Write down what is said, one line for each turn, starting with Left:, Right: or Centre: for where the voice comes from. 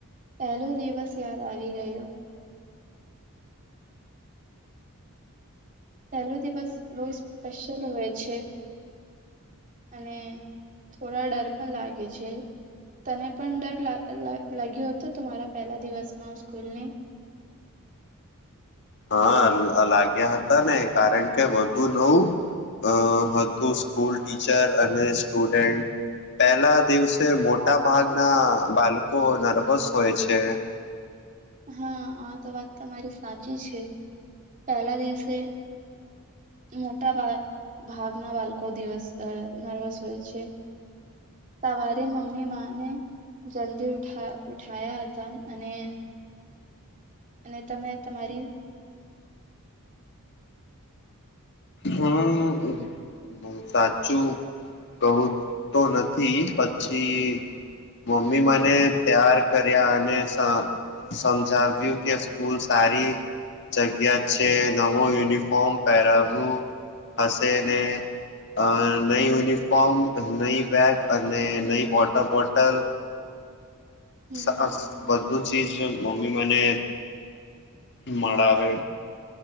Right: પહેલો દિવસ યાદ આવી ગયો. પેલો દિવસ બહુ સ્પેશીયલ હોય છે. અને થોડા ડર પણ લાગે છે, તને પણ ડર લા લા લાગ્યો હતો તમારા પહેલા દિવસમાં સ્કૂલની?
Left: હા લાગ્યા હતા ને કારણ કે વધુ નવું અ હતું સ્કૂલ, ટીચર અને સ્ટુડન્ટ. પેલા દિવસે મોટા ભાગના બાળકો નર્વસ હોય છે.
Right: હા આ તો વાત તમારી સાચી છે. પેલા દિવસે મોટા ભા ભાગના બાળકો દિવસ નર્વસ હોય છે. સવારે મમ્મી માને જલ્દી ઉઠા ઉઠાયા હતા અને અને તમે તમારી
Left: હમ્મ બો સાચ ચું બહુંત તો નથી પછી મમ્મી મને ત્યાર કર્યા અને સ સમજાવ્યું કે સ્કૂલ સારી જગ્યા છે. નવો યુનિફોર્મ પહેરાવવું. હશેને અ નઈ યુનિફોર્મ, નઈ બેગ અને નઈ વોટર બોટલ.
Right: હમ
Left: સાસ બલ રુચિ છે મમ્મી મને મળાવે